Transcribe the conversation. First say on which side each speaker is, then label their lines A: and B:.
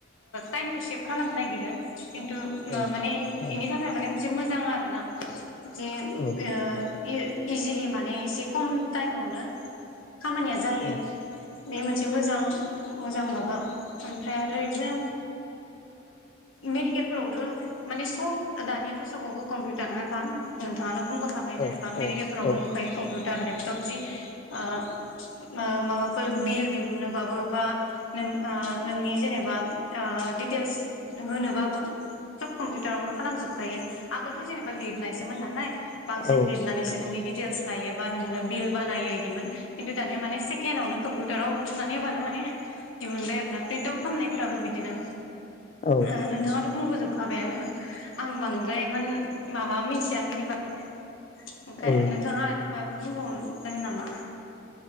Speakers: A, on the left; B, on the left.
A: टाइमखौ सेभ खालामनो नागिरो। खिन्थु
B: औ
A: ओ माने
B: औ
A: एनि थाखाय माने मोजां आरो ना जे ओ
B: औ
A: इजिलि माने एसे खम टाइमावनो खामानिया जायो
B: औ
A: बे मोनसे मोजां मोजां माबा ओमफ्राय आरो इदिनो मेडिकेलफोरावथ' माने सब दानियाथ' सबावबो कम्पिउटारानोखा दानि बुंबोखाबाय
B: औ
A: जेनबा मेडिकेलफोरावबो
B: औ
A: नुखायो कम्पिउटार दा लेपट'प जि ओ माबाफोर बिल दिहुनोबाबो बा नों, नोंनि जेनेबा ओ डिटेल्स होनोबाबो सब कम्पिउटारावनो खालामजोबखायो, आगोलथ जेनेबा लिरनायसोमोन नालाय। बांसिन
B: औ
A: लिरनानैसो नोंनि दिथे लस लायोबा नोंनो बिल बानायो इदिमोन खिनथु दानिया मानि सेखेण्डावनो कम्पुटार राव थुनानै होबानो माने दिहुनबाय आरोना प्रिन्ट आउट खालामनाय फोराबो बिदिनो
B: औ
A: ओम नोंथाङाथ' बुंबोजोब खाबायानो आं बांद्रायमोन माबा मिथिया बेनि ओमफ्रायाय
B: औ
A: नोंथाङा आरो माबा फोर बुंबावगोन नामा?